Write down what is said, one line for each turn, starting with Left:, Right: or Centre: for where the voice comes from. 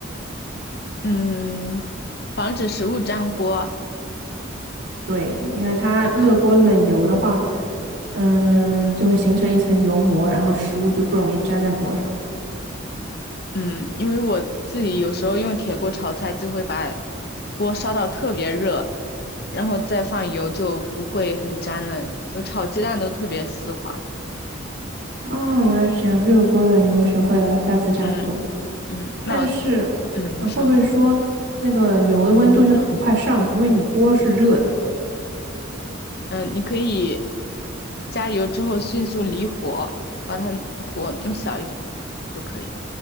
Left: 嗯，防止食物粘锅。
Right: 对，因为它热锅冷油的话，嗯，就会形成一层油膜，然后食物就不容易粘在锅上。
Left: 嗯，因为我自己有时候用铁锅炒菜，就会把锅烧到特别热，然后再放油就不会很粘了，就炒鸡蛋都特别丝滑。
Right: 啊、原来是这样，热锅冷油我学会了，我下次这样做。
Left: 嗯嗯，那我
Right: 但是啊，
Left: 嗯，你说。
Right: 会不会说那个油的温度就很快上去，因为你锅是热的嘛？
Left: 嗯、呃你可以加油之后迅速离火，把它火弄小一点都可以。